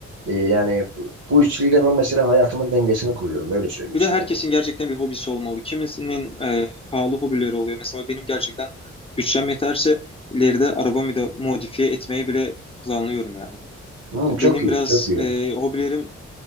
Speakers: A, on the right; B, on the left.
A: e, yani bu bu üçlüyle ben mesela hayatımın dengesini kuruyorum. Öyle söyleyeyim
B: Bir
A: sana
B: de herkesin
A: bu.
B: gerçekten bir hobisi olmalı. Kimisinin e, pahalı hobileri oluyor. Mesela benim gerçekten bütçem yeterse ileride arabamı da modifiye etmeyi bile planlıyorum yani.
A: Hmm,
B: Benim
A: çok iyi,
B: biraz
A: çok iyi.
B: e, hobilerim